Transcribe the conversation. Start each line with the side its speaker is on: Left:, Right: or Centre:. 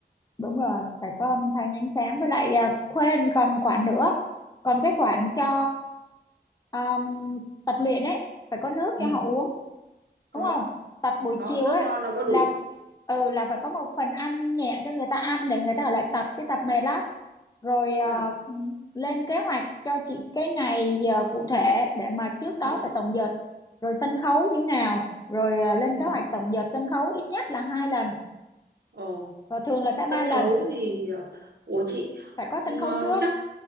Left: đúng rồi phải có âm thanh ánh sáng với lại à, quên còn khoản nữa còn cái khoản cho um, tập luyện đấy phải có nước
Right: Ừ,
Left: cho họ uống
Right: có,
Left: đúng không tập buổi
Right: có
Left: chiều
Right: nước
Left: á
Right: non nó có đủ.
Left: là ừ là phải có một phần ăn nhẹ cho người ta ăn để người ta ở lại tập cái tập mệt lắm rồi
Right: Thế
Left: ờ,
Right: à?
Left: lên kế hoạch cho chị cái ngày giờ cụ thể để mà trước đó
Right: Ừ,
Left: phải tổng dợt rồi sân khấu như nào rồi ờ, lên kế
Right: ừ.
Left: hoạch tổng dợt sân khấu ít nhất là hai lần
Right: Ồ.
Left: và thường là sẽ
Right: sân
Left: ba lần
Right: khấu thì ờ, của chị
Left: phải có sân
Right: ừ,
Left: khấu
Right: ờ,
Left: trước
Right: chắc